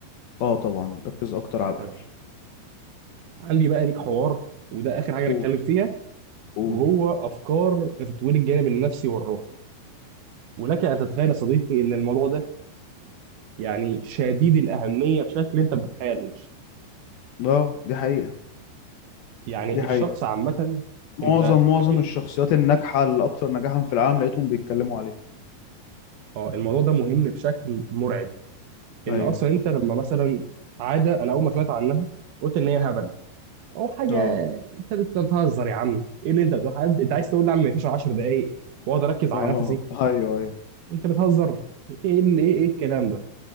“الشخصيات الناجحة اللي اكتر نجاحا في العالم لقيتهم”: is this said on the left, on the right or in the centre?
Left